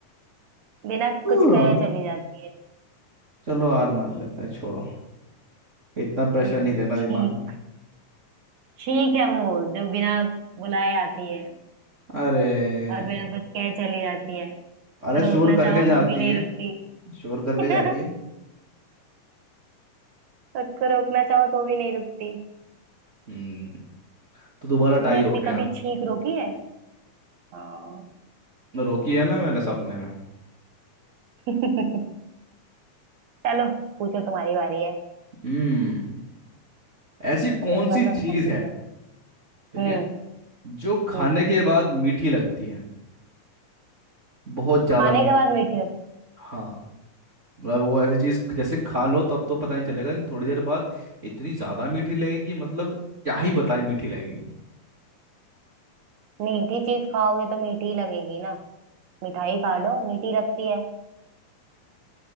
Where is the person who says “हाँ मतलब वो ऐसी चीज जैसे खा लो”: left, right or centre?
Right